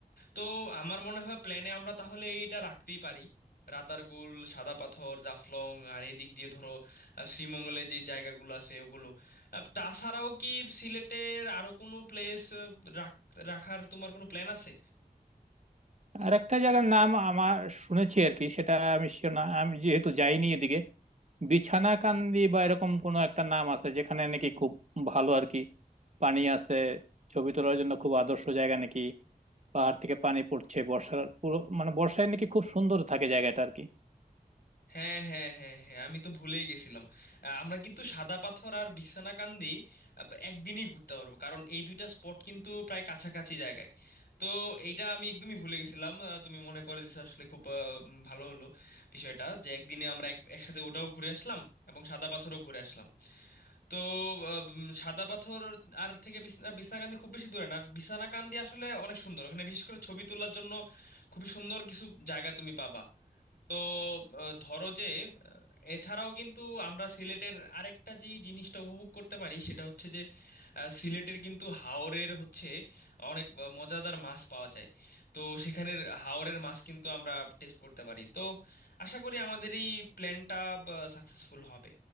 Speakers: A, on the left; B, on the right.
A: তো আমার মনে হয় প্ল্যানে আমরা তাহলে এটা রাখতেই পারি রাতারগুল সাদা পাথর জাফলং আর এদিক দিয়ে ধরো আহ, শ্রীমঙ্গলে যে জায়গাগুলো আছে ওগুলো আহ, তাছাড়াও কি সিলেটের আরো কোনো প্লেস রাখার তোমার কোনো প্ল্যান আছে
B: আর একটা জায়গার নাম আমার শুনেছি আর কি সেটা আমি sure না আমি যেহেতু যাইনি এদিকে বিছানাকান্দি বা এরকম কোনো একটা নাম আছে যেখানে নাকি খুব ভালো আর কি পানি আছে ছবি তোলার জন্য খুব আদর্শ জায়গা নাকি পাহাড় থেকে পানি পড়ছে বর্ষার পুরো মানে বর্ষায় নাকি খুব সুন্দর থাকে জায়গাটা আর কি
A: হ্যাঁ হ্যাঁ হ্যাঁ হ্যাঁ আমি তো ভুলেই গেছিলাম আহ, আমরা কিন্তু সাদা পাথর আর বিছনাকান্দি আহ, একদিনই ঘুরতে পারবো কারণ এই দুইটা স্পট কিন্তু প্রায় কাছাকাছি জায়গায় তো এইটা আমি একদমই ভুলে গেছিলাম আহ, তুমি মনে করে দিছো আসলে খুব আহ, উম, ভালো হলো বিষয়টা যে একদিনে আমরা এক- একসাথে ওটাও ঘুরে আসলাম এবং সাদা পাথরও ঘুরে আসলাম তো আহ, উম, সাদা পাথর আর থেকে বিছনা বিছনাকান্দি খুব বেশি দূরে না আর বিছনাকান্দি আসলে অনেক সুন্দর ওখানে বিশেষ করে ছবি তোলার জন্য খুবই সুন্দর কিছু জায়গা তুমি পাবা তো আহ, ধরো যে আহ, এছাড়াও কিন্তু আমরা সিলেটের আরেকটা যে জিনিসটা উপভোগ করতে পারি সেটা হচ্ছে যে আহ, সিলেটের কিন্তু হাওরের হচ্ছে অনেক আহ, মজাদার মাছ পাওয়া যায় তো সেখানের হাওরের মাছ কিন্তু আমরা টেস্ট করতে পারি তো আশা করি আমাদের এই প্ল্যানটা সাকসেসফুল হবে